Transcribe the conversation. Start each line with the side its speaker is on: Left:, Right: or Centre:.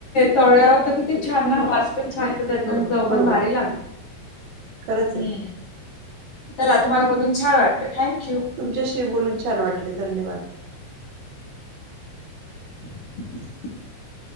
Left: तळळ्यावर तर किती छान ना वास पण छान येतो त्याचा
Right: हो
Left: आणि चव
Right: बरोबर
Left: पण भारी लागते.
Right: खरंच
Left: हम्म
Right: आहे
Left: चला तुम्हाला बोलून छान वाटलं. थँक
Right: तुमच्याशी बोलून छान वाटले, धन्यवाद.
Left: <inaudible>